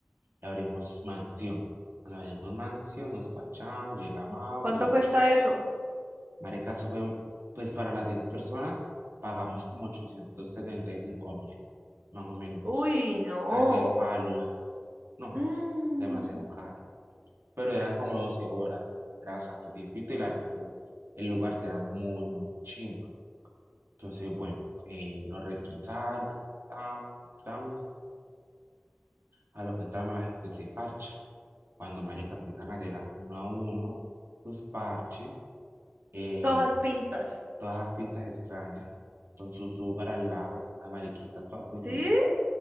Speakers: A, on the right; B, on the right.
A: y abrimos mansión. Cuando abrimos mansión, nos parchamos, llega Mauro,
B: ¿Cuánto
A: llega
B: cuesta
A: Tocar
B: eso?
A: Marica, eso fue, un- pues para las 10 personas pagamos como ochocientos setenta y cinco mil, más o menos.
B: Uy, no.
A: Casi el palo, marica. No,
B: Mm,
A: demasiado caro. Pero eran como 12 horas, ¿no? era bastante tiempito y la verdad, pues el lugar sí era muy, muy chimba. Entonces, bueno, eh, nos requisaron, ta, ta, ta, entramos A lo que entramos la gente se parcha. Cuando marica empiezan a llegar uno a uno, sus parches, eh,
B: todas pintas.
A: todas las pintas extrañas, con su sugar al lado, la mariquita toda con
B: ¿Sí?
A: su sugar.